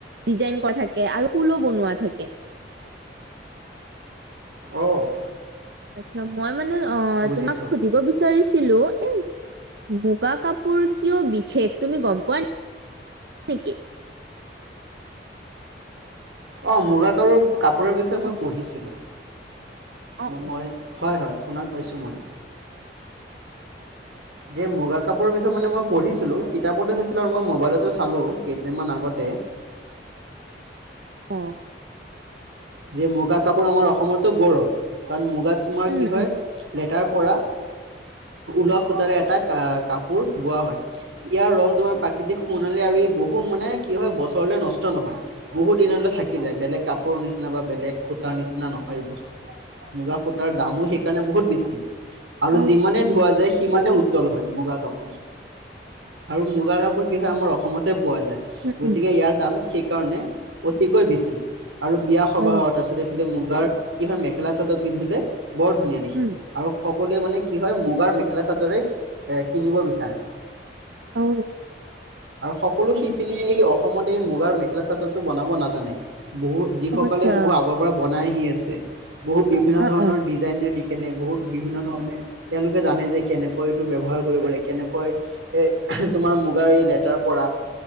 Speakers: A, on the right; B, on the right.
A: ডিজাইন কৰা থাকে, আৰু ফুলো বনোৱা থাকে।
B: অহ'
A: আচ্ছা, মই মানে অ'
B: বুজিছোঁ
A: তোমাক সুধিব বিচাৰিছোঁ? ছিলো এ মুগা কাপোৰ কিয় বিশেষ তুমি গ'ম পোৱা নে? <unintelligible>
B: অ' মুগা কালৰ কাপোৰৰ বিষয়ে মই
A: অ
B: পঢ়িছিলোঁ।
A: অ অ
B: মই হয়, হয়, শুনা পাইছোঁ মই। যে মুগা কাপোৰৰ বিষয়ে মানে মই পঢ়িছিলো। কিতাপটো চাইছিলো, আৰু মই মোবাইলটো চালো কেইদিন মান আগতে। তে,
A: অ'
B: যে মুগা কাপোৰ আমাৰ অসমৰটো গৌৰৱ, কাৰণ মুগা তোমাৰ
A: উম
B: কি হয়।
A: উম
B: লেতাৰ পৰা ওলোৱা সূতাৰে এটা আ, কাপোৰ বোৱা হয়। ইয়াৰ ৰং তোমাৰ প্ৰাকৃতিক সোণালী, আৰু ই বহু মানে কি হয় বছৰ মানে নষ্ট নহয়, বহুত দিনলৈ থাকি যায়। বেলেগ কাপোৰৰ নিচি না নাইবা বেলেগ সূতাৰ নিচিনা নহয় বস্তুতটো, মুগা সূতাৰ দামো সেইকাৰণে বহুত বেছি। আৰু
A: উম অ
B: যিমানে ধোৱা যায় সিমানে উজ্জ্বল হয়, মুগা কাপোৰযোৰ আৰু মুগা কাপোৰ কি হয়। আমাৰ অসমতে পোৱা যায়।
A: উম
B: গতিকে,
A: উম
B: ইয়াৰ দাম সেইকাৰণে অতিকৈ বেছি, আৰু সবাহত
A: অ
B: তাৰপিছতে এইফালে মুগাৰ কি হয় মেখেলা চাদৰ পিন্ধিলে বৰ ধুনীয়া দেখি।
A: উম
B: আৰু সকলোৱে মানে কি হয় মুগাৰ মেখেলা-চাদৰে, এ, কিনিব বিচাৰে।
A: অ
B: আৰু সকলো সিপিনীয়ে এই অসমত এই মুগাৰ মেখেলা চাদৰটো বনাব নাজানে। বহুত যি
A: অ
B: সকল
A: আচ্ছা
B: বোলে বহুত আগৰ পৰা বনাই আহি আছে। বহুত বিভিন্ন
A: অ
B: ধৰণৰ
A: অ
B: ডিজাইনে দি কেনে বহুত বিভিন্ন ধৰণে তেওঁলোকে জানে যে কেনেকৈ এইটো ব্যৱহাৰ কৰিব পাৰি কেনেকৈ এ তোমাৰ মুগাৰ এই লেটাৰ পৰা